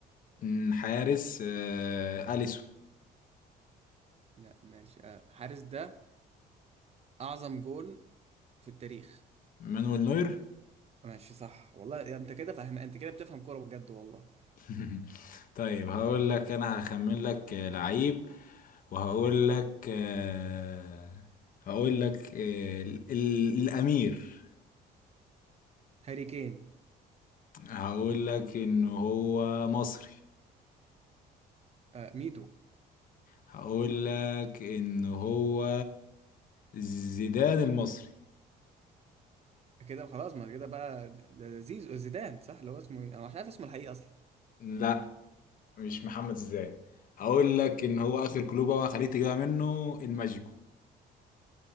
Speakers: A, on the left (about 55°); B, on the right (about 40°).
A: أمم، حارس آه... اليسون
B: لا ماشي آه، حارس ده اعظم جول في التاريخ
A: مانويل نوير
B: ماشي صح والله يا انت كده فاهم انت كده بتفهم كوره بجد والله
A: <laughs> طيب هقول لك انا هخمن لك آه، لعيب وهقول لك آه... هقول لك آه... ال... ال... الامير
B: هاري كين
A: هقول لك ان هو مصري
B: آه ميدو
A: هقول لك ان هو زيدان المصري
B: كده خلاص ما كده بقى ده ده زيزو زيدان صح اللي هو اسمه ايه انا مش عارف اسمه الحقيقي اصلا
A: لا مش محمد زيدان هقول لك ان هو اخر كلوبة وخليك تجيبها منه الماجيكو